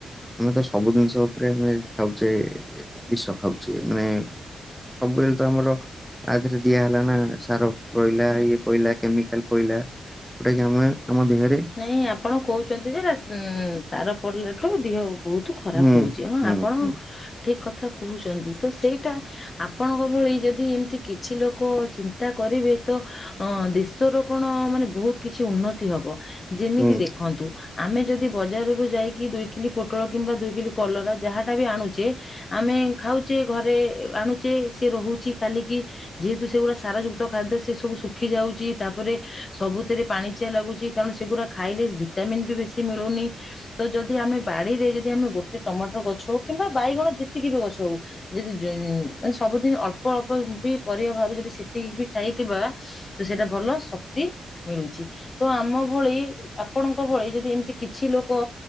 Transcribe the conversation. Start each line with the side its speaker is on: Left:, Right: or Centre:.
Centre: ଆମେ ତ ସବୁ ଜିନିଷ ଉପରେ ଆମେ ଖାଉଚେ ବିଷ ଖାଉଚେ ମାନେ ସବୁବେଳେ ତ ଆମର ଆ ଦିହରେ ଦିଆ ହେଲା ନା ସାର ରହିଲା ଇଏ ପଇଲା କେମିକାଲ ପଇଲା। ଉଟା କି ଆମେ ଆମ ଦେହରେ
Left: ନାଇଁ ଆପଣ କହୁଛନ୍ତି ଯେ ଉଁ ସାର ପଡ଼ିଲାଠୁ ଦିହ ବୋହୁତୁ ଖରାପ
Centre: ହୁଁ
Left: ହଉଛି ହଁ
Centre: ହୁଁ
Left: ଆପଣ
Centre: ହୁଁ
Left: ଠିକ କଥା କହୁଛନ୍ତି ତ ସେଇଟା ଆପଣଙ୍କ ଭଳି ଯଦି ଏମିତି କିଛି ଲୋକ ଚିନ୍ତା କରିବେ ତ ଅଁ ଦି ଶର କଣ ମାନେ ବହୁତ କିଛି ଉନ୍ନତି ହବ। ଯେମିତି
Centre: ହୁଁ
Left: ଦେଖନ୍ତୁ ଆମେ ଯଦି ବଜାରରୁୁ ଯାଇକି ଦୁଇ କିଲି ପୋଟଳ କିମ୍ବା ଦୁଇ କିଲି କଲରା ଯାହାଟା ବି ଆଣୁଚେ ଆମେ ଖାଉଚେ ଘରେ ଆଣୁଚେ ସିଏ ରହୁଚି କାଲିକି ଯେହେତୁ ସେଗୁଡ଼ା ସାର ଯୁକ୍ତ ଖାଦ୍ୟ ସେ ସବୁ ଶୁଖି ଯାଉଚି ତାପରେ ସବୁଥିରେ ପାଣି ଚିଆ ଲାଗୁଚି କାରଣ ସେଗୁରା ଖାଇଲେ ଭିଟାମିନ୍ ବି ବେଶୀ ମିଳୁନି। ତ ଯଦି ଆମେ ବାଡି଼ରେ ଯଦି ଆମେ ଗୋଟେ ଟମାଟର ଗଛ ହଉ କିମ୍ବା ବାଇଗଣ ଯେତିକି ବି ଗଛ ହୋଉ ଯଦି ମାନେ ସବୁଦିନ ଅଳ୍ପ ଅଳ୍ପ ବି ପରିବା ବାହାରୁ ଯଦି ସେତିକି ବି ଖାଇଥିବା ତ ସେଇଟା ଭଲ ଶକ୍ତି ମିଳୁଚି ତ ଆମ ଭଳି ଆପଣଙ୍କ ଭଳି ଯଦି ଏମିତି କିଛି ଲୋକ